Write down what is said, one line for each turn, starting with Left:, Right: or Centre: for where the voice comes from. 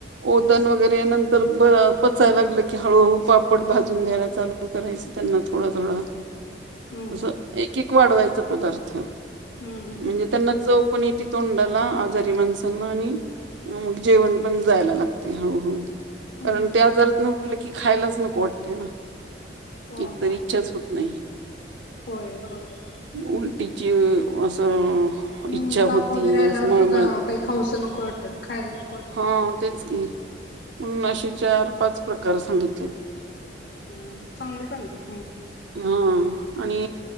Right: ओदन वगैरे नंतर ब पचायला लागले की, हळूहळू पापड भाजून द्यायला चालू करायचं त्यांना थोडं-थोडं,
Left: हम्म
Right: असं एक एक वाढवायचं पदार्थ
Left: हम्म हम्म
Right: म्हणजे त्यांना चौ- कोण ती तोंडाला आजारी माणसांना आणि- मग जेवण पण जायला लागते हळूहळू,
Left: हम्म
Right: कारण त्या आजारात नं- म्हटलं की खायलाच नको वाटतयं ना,
Left: ह
Right: एकतरी
Left: ह
Right: इच्छाच होत नाही.
Left: होय बरोबर.
Right: उलटीची असं- इच्छा
Left: हम ताप
Right: होती
Left: वगैरे आल्यावर
Right: असं मळमळत
Left: सुद्धा काही खाऊचं नको वाटतं खायला नको वाटतं.
Right: हा तेच की, अं.. असे चार पाच प्रकार सांगित-
Left: हं चांगली सांगितली माहिती अस-
Right: हां आणि...